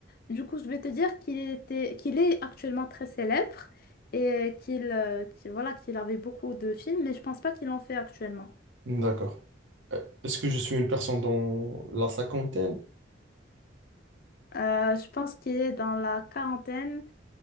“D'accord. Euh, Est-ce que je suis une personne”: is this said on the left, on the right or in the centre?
Right